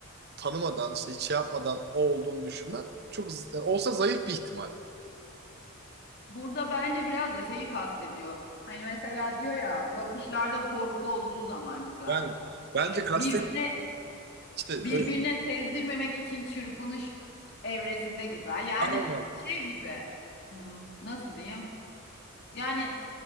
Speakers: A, on the right; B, on the left.
A: tanımadan işte hiç şey yapmadan o olduğunu düşünmen çok z- yani olsa zayıf bir ihtimal.
B: Burada bence biraz da şeyi kastediyor. Hani mesela diyor ya bakışlarda korku olduğu zaman güzel.
A: Yani bence
B: Ee,
A: kastet
B: Birbirine
A: işte
B: birbirine
A: öyle,
B: sezdirmemek için çırpınış evresinde güzel. Yani
A: aynen.
B: şey gibi hmm, nasıl diyeyim? Yani